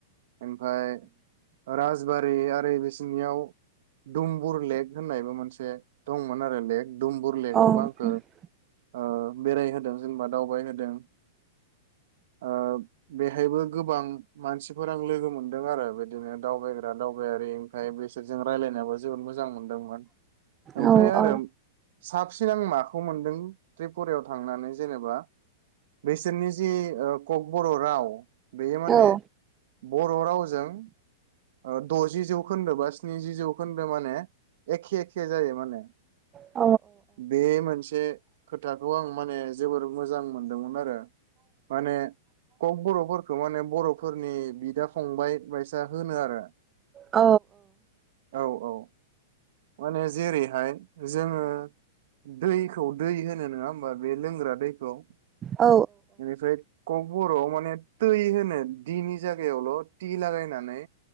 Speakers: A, on the right; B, on the right.
A: ओमफाय राजबारि आर फ्राय बेसोरनियाव दुमबुर लेक होननायबो मोनसे दंमोन आरो लेक दुमबुर लेकावबो
B: औ
A: आंखो
B: औ
A: ओ बेरायहोदों। जेनोबा दावबायहोदों, ओ बेहायबो गोबां मानसिफोर आं लोगो मोनदों आरो बिदिनो दावबायग्रा दावबायारि ओमफ्राय बिसोर जों रायलायनायावबो जोबोद मोजां मोन दोंमोन। ओमफाय
B: औ
A: आरो
B: औ
A: साबसिन आङो मा खौ मोनदों त्रिपुरायाव थांनानै जेनोबा बैसोरनि जि ओ ककबर'क राव बेयो माने
B: जों
A: बर' रावजों ओ द'जि जौखोन्दो बा स्निजि जौखोन्दो माने एखे एखे जायो माने।
B: औ
A: बे मोनसे खोथाखौ आं माने जोबोर मोजां मोनदोंमोन आरो माने क'क बर'फोरखौ माने बर' फोरनि बिदा फंबाय बायसा होनो आरो।
B: औ
A: औ। औ माने जेरैहाय जोङो दैखौ दै होनो नोङा होमबा बे लोंग्रा दैखौ बेनिफ्राय
B: औ
A: क'क बर'आव माने दै होनो दिनि जागायावल' टि लागायनानै